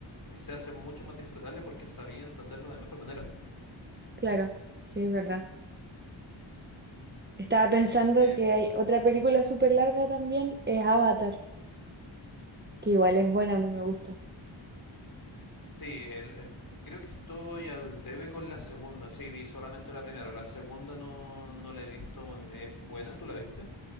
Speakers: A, on the left; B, on the right.
A: eh, se hace mucho más disfrutable porque sabía entenderlo de mejor manera.
B: claro, sí, es verdad. Estaba pensando
A: Eh,
B: que hay otra película súper larga también, es Avatar, que igual es buena, a mí me
A: eh,
B: gusta.
A: sí, el- el- creo que estoy al debe con la segunda. Sí, vi solamente la primera. La segunda no, no la he visto. aún. ¿Es buena? ¿Tú la viste?